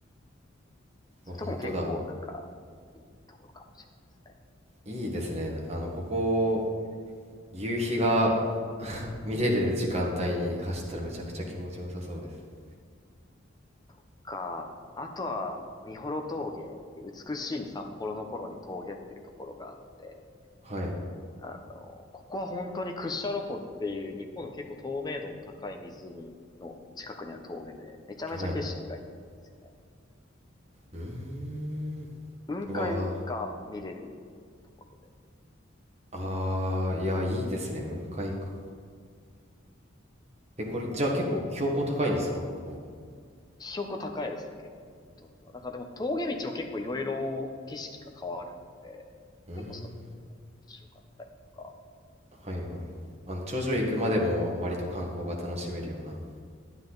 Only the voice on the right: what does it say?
うわ本当だ。
いいですね。あの、ここ、夕日が見れる時間帯に走ったらめちゃくちゃ気持ちよさそうです。
はい。
はい。うーん。
うわーあー、いや、いいですね。雲海か。え、これ、じゃあ結構標高高いんですか、ここ。
うーん。
はいはいはい。あの、頂上行くまでも割と観光が楽しめるような